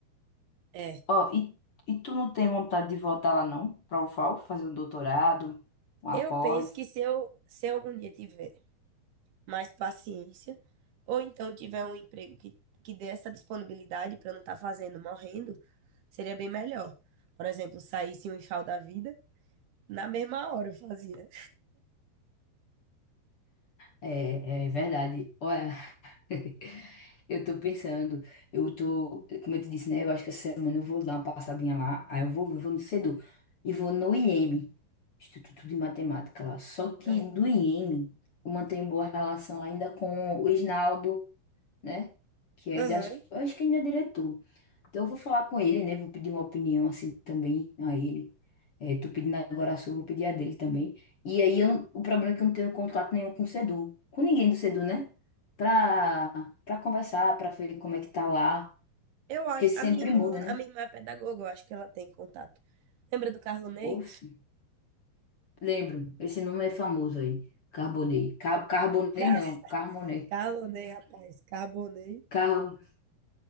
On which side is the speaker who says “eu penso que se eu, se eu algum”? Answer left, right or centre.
Right